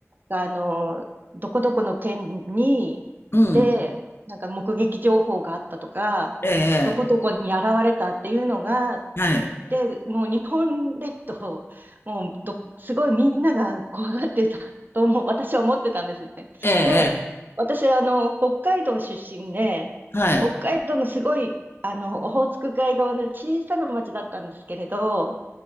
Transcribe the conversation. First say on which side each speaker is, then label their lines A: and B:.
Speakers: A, on the right (about 40°); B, on the left (about 50°).
A: あの、どこどこの県に、
B: うん。
A: で、なんか目撃情報があったとか、
B: ええ
A: どこどこに現れたっていうのが、
B: ええ。はい。
A: で、もう日本列島、もうど、すごいみんなが怖がってたとも私は思ってたんですね。
B: えええ
A: で、私、あの、北海道出身で、
B: え、はい。
A: 北海道のすごい、あの、オホーツク海側の小さな町だったんですけれど、